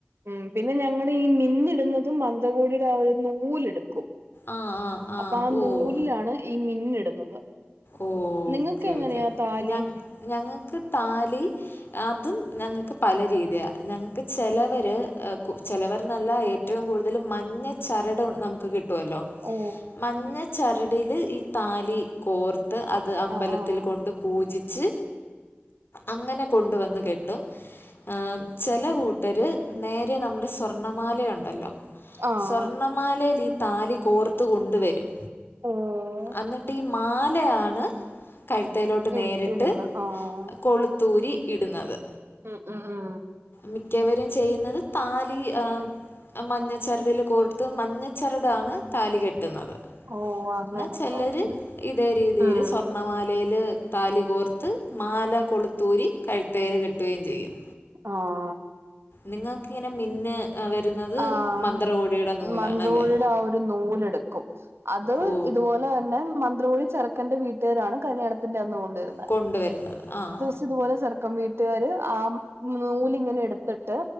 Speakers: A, on the right (about 75°); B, on the left (about 60°).
A: ഉം! പിന്നെ ഞങ്ങുടെ ഈ മിന്നിടുന്നതും മന്ത്ര കോ ടിയുടെ ആ ഒരു നൂലെടുക്കും
B: ആ ആ
A: അപ്പൊ ആ
B: ഓ
A: നൂലിലാണ് ഈ മിന്നിടുന്നത്.
B: ഓക്കേ
A: നിങ്ങൾക്ക് എങ്ങനെയാ
B: ഓക്കെ!
A: താലി
B: ഞ ഞങ്ങൾക്ക് താലി! അതും ഞങ്ങൾക്ക് പല രീതിയാ. ഞങ്ങക്ക് ചിലവര് ചിലവർ എന്നല്ല ഏ! ഏറ്റവും കൂടുതൽ മഞ്ഞ ചരട് നമുക്ക് കിട്ടുമല്ലോ.
A: ഓ!
B: മഞ്ഞ ചരടില് ഈ താലി കോർത്ത് അത് അമ്പലത്തിൽ
A: ആഹ് ആഹ്
B: കൊണ്ട്! പൂജിച്ച് അങ്ങനെ കൊണ്ടുവന്ന് കെട്ടും. ആഹ്! ചില കൂട്ടരു നേരെ നമ്മുടെ സ്വർണ്ണമാലയുണ്ടല്ലോ.
A: ആഹ്
B: സ്വര്ണ്ണമാലയില് ഈ താലി കോർത്തു കൊണ്ടുവരും.
A: ഓ!
B: അന്നിട്ട് മാലയാണ്. കഴുത്തേലോട്ട് നേരിട്ട്
A: ഇ ഇടുന്നു ആഹ്
B: കൊളുത്തൂരി ഇടുന്നത്.
A: ആഹ്! ആ ആ!
B: മിക്കവരും ചെയ്യുന്നത് താലി ആഹ്! മഞ്ഞച്ചരടില് കോർത്ത് മഞ്ഞ ചരടാണ് താലി കെട്ടുന്നത്.
A: ഓഹ് അങ്ങനെ
B: എന്ന ചിലര്
A: ഓക്കെ
B: ഇതേ രീതിയില്
A: ഉം
B: സ്വർണ്ണമാലയില്! താലി കോർത്ത് മാല കൊളുത്തൂരി കഴുത്തേല് കെട്ടുകയും ചെയ്യും.
A: ആഹ്!
B: നിങ്ങൾക്കിങ്ങനെ മിന്ന് വരുന്നത്
A: ആഹ്
B: മന്ത്രകോടിയുടെ നൂലിലാണല്ലേ?
A: മന്ത്രകോടിയുടെ ആ നൂലെടുക്കും. അത്
B: ഓ
A: ഇതുപോലെ തന്നെ മന്ത്രകോടി ചെറ്ക്കന്റെ വീട്ടുകാരാണ് കല്യാണത്തിന്റെ അന്ന് കൊണ്ടു വെരുന്നെ.
B: കൊണ്ട് വെരുന്നത്. ആഹ്
A: ട്ട് ഇതുപോലെ ചെറ്ക്കൻ വീട്ട്കാര് ആ നൂലിങ്ങനെ എട്ത്തിട്ട്